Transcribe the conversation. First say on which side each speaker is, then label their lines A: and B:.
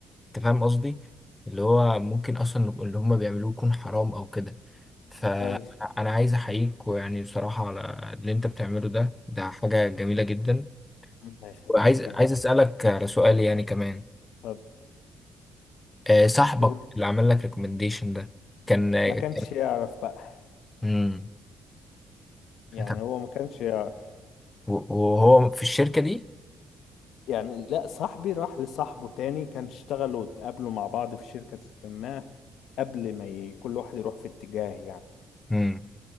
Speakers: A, on the left; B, on the left.
A: انت فاهم قصدي اللي هو ممكن اصلا اللي هم بيعملوه يكون حرام او كده فانا
B: ايوه
A: عايز احييك ويعني بصراحة على اللي انت بتعمله ده ده حاجة جميلة جدا
B: الله يخليك
A: وعايز
B: يا معلم
A: عايز اسألك على سؤال يعني كمان
B: اتفضل
A: آه، صاحبك
B: هو
A: اللي عمل لك ريكومنديشن ده كان
B: ما كانش
A: كان
B: يعرف بقى
A: مم.
B: يعني
A: طب
B: هو ما كانش يعرف
A: و- وهو في الشركة دي
B: يعني لا صاحبي راح لصاحبه تاني كان اشتغلوا واتقابلوا مع بعض في شركة ما قبل ما ي... كل واحد يروح في اتجاه يعني
A: امم